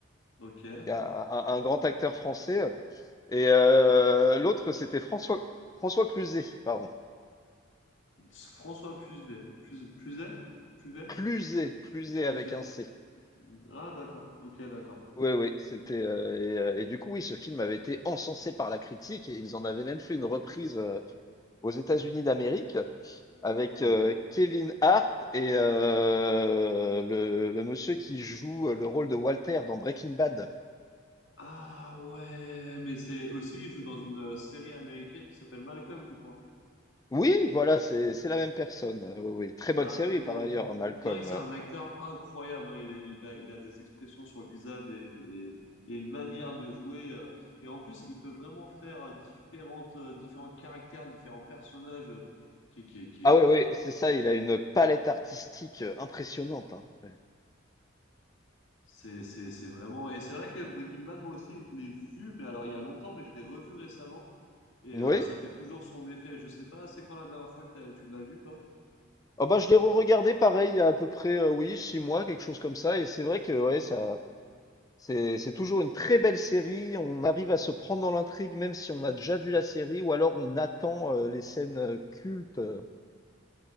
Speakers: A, on the left; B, on the left.
A: Ok.
B: Donc un, un- un grand acteur français. euh, Et euh, l'autre, c'était François, François Cluzet, pardon.
A: François Puvet. Puvet? Puvet? Puvet?
B: Cluzet, Cluzet
A: Puvet.
B: avec un C.
A: Ah, d'accord. Ok, d'accord.
B: Oui, oui, c'était. euh, et, euh, et du coup, oui, ce film avait été encensé par la critique et ils en avaient même fait une reprise euh, aux États-Unis d'Amérique avec
A: ok.
B: euh, Kevin Hart et euh, le, le monsieur qui joue le rôle de Walter dans Breaking Bad.
A: Ah ouais, mais c'est aussi, il joue dans une euh, série américaine qui s'appelle Malcolm, je crois.
B: Oui, voilà, c'est c'est la même personne. Oui, oui. Très
A: Ah,
B: bonne série
A: très bien.
B: par ailleurs, Malcolm.
A: C'est vrai que c'est
B: euh,
A: un acteur incroyable. hein. Il a, il a, il a des expressions sur le visage et, et- et une manière de jouer. euh. Et en plus, il peut vraiment faire euh, différentes, euh, différents caractères, différents personnages. euh, qui, qui, qui,
B: Ah oui,
A: qui...
B: oui, c'est ça, il a une palette artistique euh, impressionnante. hein. Ouais.
A: C'est, c'est, c'est vraiment. Et c'est vrai que Breaking Bad, moi aussi, je l'ai vu, mais alors il y a longtemps, mais je l'ai revu récemment. Et
B: Oui.
A: euh, ça fait toujours son effet. Je sais pas, c'est quand la dernière fois que t'as- tu l'as vu, toi?
B: Ah bah, je l'ai re-regardé pareil il y a à peu près euh, oui, six mois, quelque chose comme ça. Et c'est vrai que ouais, ça, c'est, c'est toujours une très belle série. On arrive à se prendre dans l'intrigue, même si on a déjà vu la série, ou alors on attend euh, les scènes euh, cultes. euh,